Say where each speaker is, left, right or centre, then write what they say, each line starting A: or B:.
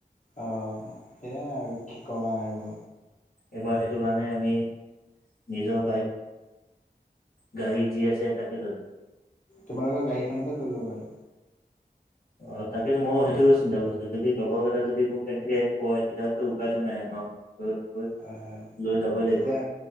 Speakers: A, on the left; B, on the left.
A: অ', সেয়াই আৰু কি ক'বা আৰু
B: এইবাৰ সেইটো কাৰণে আমি নিজৰ বাইক গাড়ী যি আছে তাকে লৈ যায়
A: তোমালোকৰ গাডীনেকে লৈ ল'বা আৰু
B: অ', তাকেতো মই সেইটোও চিন্তা কৰিছো যদি লগৰ কেইটা যদি মোক কেনেকে কয় তেতিয়াহলে উপায়তটো নাই ন <inaudible>
A: হয় হয়
B: লৈ যাবই লাগিব
A: এতিয়া